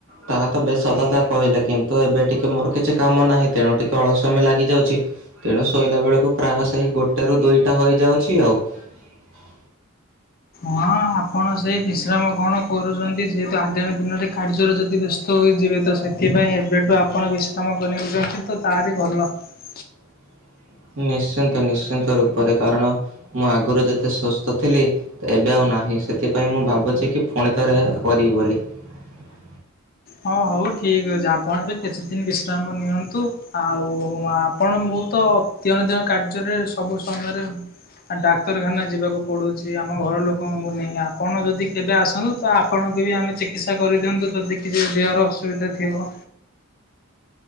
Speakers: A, on the right; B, on the left.
A: ତାହା ତ ବେଶ୍ ସତ କଥା କହିଲେ, କିନ୍ତୁ ଏବେ ଟିକେ ମୋର କିଛି କାମ ନାହିଁ ତେଣୁ ଟିକେ ଅଳସୁଆମି ଲାଗିଯାଉଛି । ତେଣୁ ଶୋଇଲା ବେଳକୁ ପ୍ରାୟ ସେଇ ଗୋଟେରୁ ଦୁଇଟା ହୋଇଯାଉଛି ଆଉ ।
B: ହଁ ଆପଣ ସେ ବିଶ୍ରାମ କଣ କରୁଛନ୍ତି, ଯେ ତ ଆଗାମୀ ଦିନରେ କାର୍ଯ୍ୟରେ ଯଦି ବ୍ୟସ୍ତ ହୋଇଯିବେ, ତ ସେଥିପାଇଁ ଏବେଠୁ ଆପଣ ବିଶ୍ରାମ କରିନେଉଛନ୍ତି ତ । ତା ବି ଭଲ ।
A: <inaudible> ନିଶ୍ଚିନ୍ତ ନିଶ୍ଚିନ୍ତ ରୂପରେ କାରଣ ମୁଁ ଆଗରୁ ଯେତେ ସୁସ୍ଥ ଥିଲି, ଏବେ ଆଉ ନାହିଁ ସେଥିପାଇଁ ମୁଁ ଭାବୁଚ଼ି କି ପୁଣି ଥରେ କରିବି ବୋଲି ।
B: ହଁ ହଉ ଠିକ ଅଛି ଆପଣ ଏବେ କିଛିଦିନ ବିଶ୍ରାମ ନିଅନ୍ତୁ, ଆଉ ଆପଣ ମୋ ମୁଁ ତ ତିଅଣ ତିଅଣ କାର୍ଯ୍ୟରେ ସବୁ ସମୟରେ ଡାକ୍ତରଖାନା ଯିବାକୁ ପଡୁଛି ଆମ ଘର ଲୋକଙ୍କୁ ନେଇ, ଆପଣ ଯଦି କେବେ ଆସନ୍ତୁ ତ ଆପଣଙ୍କୁ ଆମେ ଚିକିତ୍ସା କରିଦିଅନ୍ତୁ, ଯଦି କିଛି ଦେହର ଅସୁବିଧା ଥିବ।